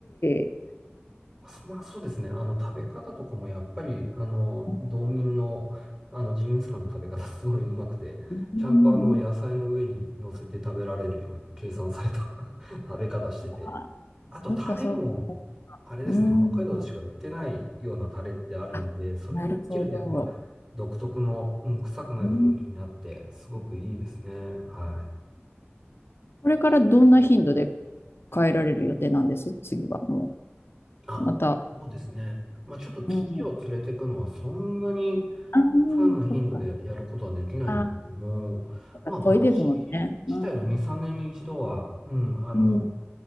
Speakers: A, on the left; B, on the right.
A: い。
B: そまあ、そうですね。あの、食べ方とかもやっぱり、あの、
A: うん、
B: 道民の、あの、ジンギスカンの食べ方すごいうまくて、
A: うん
B: ちゃんとあの、野菜の上に乗せて食べられるように計算された <laughs> 食べ方してて、
A: あ
B: あと、
A: そっかそっか。
B: タレも、あれですね、
A: うん。
B: 北海道でしか売ってないようなタレってあるんで、
A: あ、
B: それにつけるとやっぱ、
A: なるほど。
B: 独特の、うん、臭くない風味になって、
A: うん
B: すごくいいですね。はい。
A: これからどんな頻度で変えられる予定なんです次はも
B: あ、
A: う。また。
B: そうですね。まあ、ちょっと機器を連れていくのはそんなに
A: うん。ああ、
B: たくさんの頻度でやることはできないんですけども、
A: そっか。ああ、そっか遠いですもんね。
B: まあ私自体は2、
A: うん。
B: 3年に一度は、うん、あの、
A: うん。